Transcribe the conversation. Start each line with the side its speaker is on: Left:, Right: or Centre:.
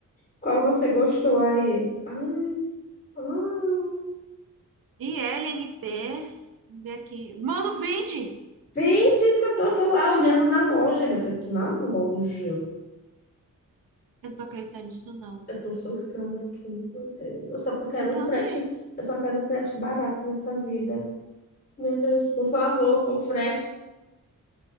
Left: Qual você gostou aí? Ai, ai.
Right: I L N P. Vamos ver aqui. Mano, vende!
Left: Vem, diz que eu tô, tô lá olhando na loja, minha filha, tô na loja.
Right: Eu não tô acreditando nisso, não.
Left: Eu tô surtando aqui, meu Deus. Eu só quero
Right: Eu também.
Left: um frete, eu só quero um frete barato nessa vida. Meu Deus, por favor, o Fred.